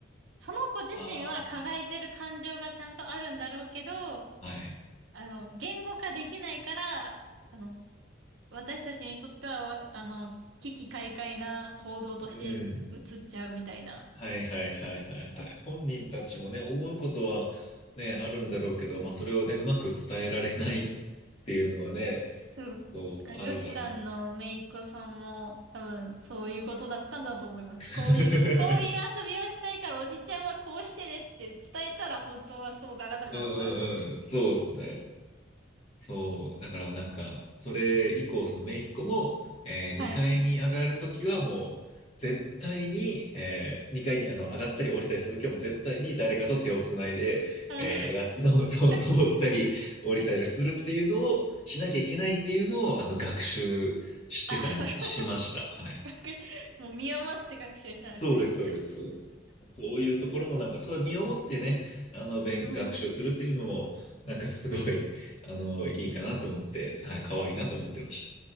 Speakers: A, on the right; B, on the left.
A: その子自身は抱えてる感情がちゃんとあるんだろうけど、
B: ああ、はい。
A: あの、言語化できないから、あの、私たちにとってはわ、あの、危機快快な行動として映っちゃうみたいな。
B: うん。はいはいはいはいはい。本人たちもね、思うことはね、あるんだろうけど、まあそれをね、うまく伝えられないっていうのはね、
A: うん。
B: そう、
A: だから、
B: あるだろう。
A: ヨシさんの姪っ子さんも、多分、そういうことだったんだと思います。
B: <laughs>
A: こういう、こういう遊びをしないから、おじちゃんはこうしてねって伝えたら、本当はそうならなかった。
B: うんうんうん、そうですね。そう、だからなんか、それ以降、その姪っ子も、えー、2階に上がるときはもう、
A: はい。
B: 絶対に、えー、2階にあの上がったり降りたりするときはもう絶対に誰かと手をつないで、
A: うん
B: えー、上がっ、<laughs> の、そう、登ったり降りたりするっていうのをしなきゃいけないっていうのを、
A: <laughs>
B: あの、学習してたみ、
A: あ、<laughs>
B: しました。はい。
A: 学もう身をもって学習したんですね。
B: そうです、そうです、そうです。そういうところもなんか、それ身をもってね、あの、勉、
A: うん。
B: 学習するっていうのも、なんかすごい、あの、いいかなと思って、はい、可愛いなと思ってました。